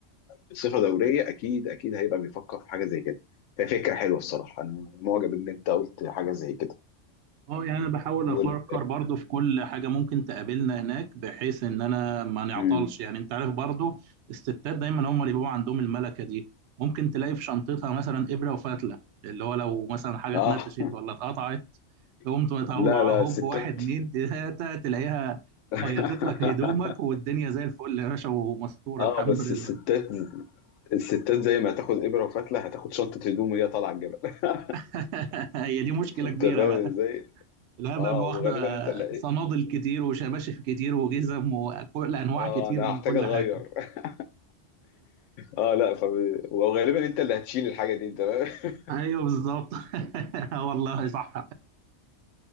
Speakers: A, on the left; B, on the right.
A: بصفه دوريه اكيد اكيد هيبقى بيفكر في حاجه زي كده ففكره حلوه الصراحه انا معجب ان انت قلت حاجه زي كده
B: اه يعني انا بحاول
A: وال
B: افكر برضو في كل حاجه ممكن تقابلنا هناك بحيث ان انا ما نعطلش
A: مم.
B: يعني انت عارف برضو الستات دايما هم اللي بيبقوا عندهم الملكه دي ممكن تلاقي في شنطتها مثلا ابره وفتله اللي هو لو مثلا حاجه
A: اه
B: اتنتشت ولا اتقطعت تقوم
A: <laughs>
B: تطلع
A: لا لا
B: هوب
A: الستات
B: واحد اتنين تلاته تلاقيها
A: <laughs>
B: خيطت لك هدومك والدنيا زي الفل يا باشا ومستور
A: اه
B: الحمد
A: بس
B: لله
A: الستات الستات زي ما هتاخد ابره وفتله هتاخد شنطه هدوم وهي طالعه الجبل <laughs>
B: <laughs> هي دي مشكله
A: انت
B: كبيره
A: فاهم
B: بقى
A: ازاي؟
B: لا بقى
A: اه
B: واخدة
A: وغالبا انت اللي إيه؟
B: صنادل كتير وشباشف كتير وجزم وكل أنواع
A: اه
B: كتير
A: انا
B: من
A: هحتاج
B: كل
A: اغير
B: حاجة
A: <laughs> اه لا ف... وغالبا انت اللي هتشيل الحاجه دي انت فاهم؟ <laughs>
B: أيوه بالظبط <laughs> آه والله صح